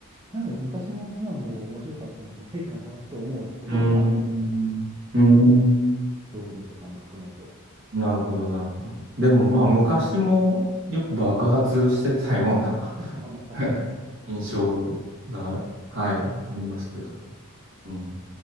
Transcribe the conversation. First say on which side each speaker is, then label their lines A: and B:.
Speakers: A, on the right; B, on the right.
A: なんかでも昔のコナンの方が面白かったんじゃないかなと思うところもあるんですよね。
B: うん。うん。
A: ストーリーとかも含めて。
B: なるほど、なるほど。でもまあ昔もよく爆発してたような
A: まあまあ、確かに。
B: <laughs> 印象が、はい、ありますけど。
A: そうですよね。
B: うん。